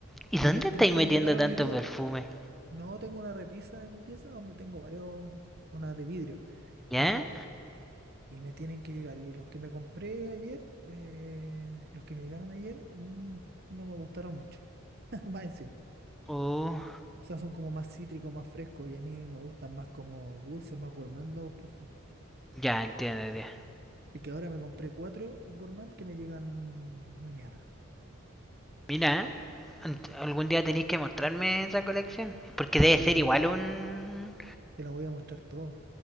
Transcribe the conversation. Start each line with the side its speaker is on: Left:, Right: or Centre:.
Centre: ¿Y
Right: Y
Centre: dónde
Right: los tres
Centre: estáis
Right: que
Centre: metiendo
Right: me llegaron
Centre: tanto
Right: hoy día
Centre: perfume?
Right: No tengo una repisa de mi pieza donde tengo varios, una de vidrio,
Centre: ¿Ya?
Right: y ahí los pongo. Y me tienen que llegar. Y los que me compré ayer, eh, los que me llegaron ayer, mm, no me gustaron mucho. <laughs> Más encima.
Centre: Oh,
Right: O sea, son como más cítricos, más frescos, y a mí me gustan más como dulces, más gourmand los perfumes.
Centre: ya entiendo, tío.
Right: Así que ahora me compré cuatro gourmand que me llegan mañana.
Centre: Mira,
Right: Sí.
Centre: algún día tenéis que mostrarme esa colección. Porque debe
Right: Y
Centre: ser
Right: te
Centre: igual
Right: los voy
Centre: un...
Right: a, te los voy a mostrar todos.